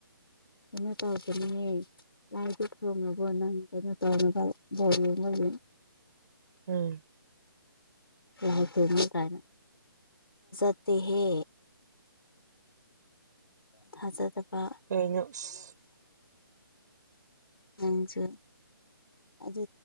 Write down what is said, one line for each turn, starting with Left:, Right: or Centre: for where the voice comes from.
Left: ꯀꯩꯅꯣ ꯇꯧꯕꯗꯅꯤꯅꯦ ꯂꯥꯏꯗꯨ ꯊꯣꯡꯉꯅꯕꯣ ꯅꯪ ꯀꯩꯅꯣ ꯇꯧꯅꯕ ꯕꯣꯣꯏ ꯎꯝ ꯎꯝ
Right: ꯎꯝ
Left: ꯌꯥ ꯀꯥꯏꯅ ꯊꯥꯖꯦ ꯍꯦ ꯊꯥꯖꯗꯕ
Right: ꯀꯩꯅꯣ ꯑꯁ
Left: ꯃꯁꯨ ꯑꯗꯨ